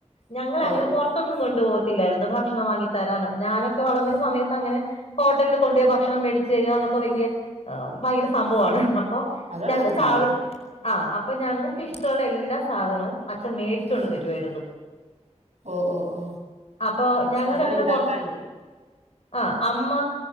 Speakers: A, on the left; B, on the right.
A: ഞങ്ങളെ
B: ഓ
A: അങ്ങനെ പുറത്തൊന്നും കൊണ്ടുപോക ല്ലായിരുന്നു ഭക്ഷണം വാങ്ങി തരാനൊക്കെ ഞാനൊക്കെ വളർന്നൊരു സമയത്ത് അങ്ങനെ ഹോട്ടലിൽ കൊണ്ട് പോയി ഭക്ഷണം മേടിച്ചു തരിക എന്നൊക്കെ വലിയ ആ ഭയങ്കര സംഭവമാണ് അപ്പൊ
B: അതും
A: ഞങ്ങൾകാവശ്
B: അങ്ങനെ തന്നെ
A: ആ അപ്പൊ ഞങ്ങൾക്ക് ഇഷ്ടമുള്ള എല്ലാ സാധനവും അച്ഛൻ മേടിച്ചോണ്ട് തരുവായിരുന്നു
B: ഓ ഓ ഓ
A: അപ്പൊ ഞങ്ങക്ക്
B: സാധനം
A: അങ്ങനെ
B: ഉണ്ടാക്കാന്
A: പൊറ ആ അമ്മ